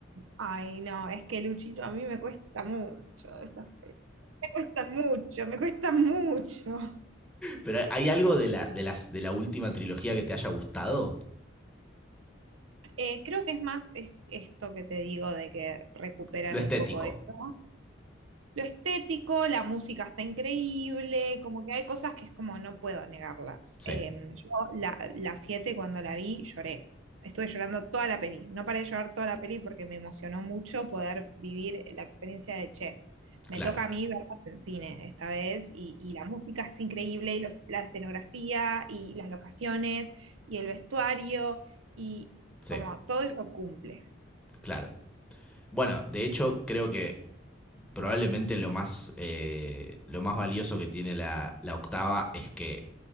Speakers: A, on the right; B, in the centre.
A: ay, no, es que Luchito a mí me cuesta mucho, estas- pe- me cuestan mucho, me cuestan mucho.
B: Pero ¿hay algo de la, de, las, de la última trilogía que te haya gustado?
A: Eh, creo que es más es- esto que te digo de que recuperan
B: Lo estético.
A: un poco esto lo estético, la música está increíble, como que hay cosas que es como no puedo negarlas.
B: Sí,
A: Eh, yo la, la 7 cuando la vi lloré, estuve llorando toda la peli, no paré de llorar toda la peli porque me emocionó mucho poder vivir la experiencia de Che. Me
B: claro.
A: toca a mí verlas en cine esta vez y, y la música es increíble y los- la escenografía y las locaciones y el vestuario y
B: Sí,
A: como todo eso cumple.
B: claro. Bueno, de hecho, creo que probablemente lo más, eh, lo más valioso que tiene la, la octava es que